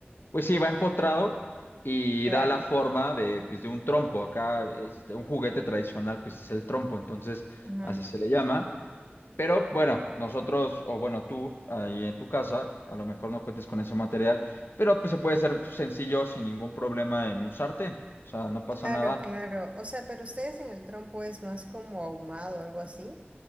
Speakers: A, on the left; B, on the right.
A: pues sí, va empotrado y
B: Claro.
A: da la forma de, pues, de un trompo. Acá, este, un juguete tradicional, pues es el trompo, entonces
B: Ujú.
A: así se le llama. Pero bueno, nosotros, o bueno, tú ahí en tu casa, a lo mejor no cuentes con ese material, pero pues se puede hacer sencillo sin ningún problema en un sartén, o sea, no pasa
B: Claro,
A: nada.
B: claro. O sea, pero ustedes en el trompo es más como ahumado o algo así.